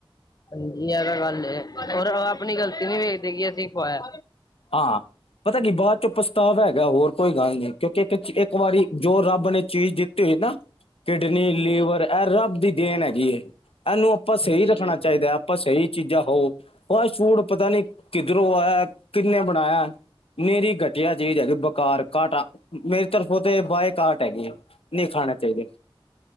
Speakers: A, on the left (about 45°); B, on the left (about 85°).
A: ਹਾਂ ਏ ਤਾਂ ਗੱਲ ਏ ਹੋਰ ਆਪਨੀ ਗਲਤੀ ਨੀ ਵੇਖਦੇ ਕਿ ਅਸੀਂ ਖੁਆਏਆ।
B: ਹਾਂ। ਪਤਾ ਕੀ ਬਾਚੋ ਪਛਤਾਵਾ ਹੈਗਾ ਹੋਰ ਕੋਈ ਗੱਲ ਨੀ ਕਿਓਂਕੇ ਇੱਕ-ਇੱਕ ਵਾਰੀ ਜੋ ਰੱਬ ਨੇ ਚੀਜ਼ ਦਿੱ ਤੀ ਹੋਈ ਨਾ ਕਿਡਨੀ,
A: ਹਾਂਜੀ
B: ਲੀਵਰ ਐ ਰੱਬ ਦੀ ਦੇਨ ਹੈਗੀ ਐ ਏਨੂੰ ਆਪਾਂ ਸਈ
A: ਹਾਂਜੀ
B: ਰੱਖਨਾ ਚਾਈਦੈ। ਬਸ ਏਹੀ ਚੀਜਾਂ ਖਾਓ ਫਾਸਟਫੂਡ ਪਤਾ ਨੀ ਕਿੱਦਰੋਂ ਆਏਆ ਕਿੰਨੇ ਬਨਾਏਆ? ਮੇਰੀ ਗਟੀਆ ਚੀਜ਼ ਹੈਗੀ ਬੁਕਾਰ ਘਾਟਾ ਮੇਰੀ ਤਰਫੋਂ ਤੇ ਬਾਏ ਘਾਟ ਹੈਗੀ ਐ। ਨਈਂ ਖਾਣੈ ਚਾਈਦੇ।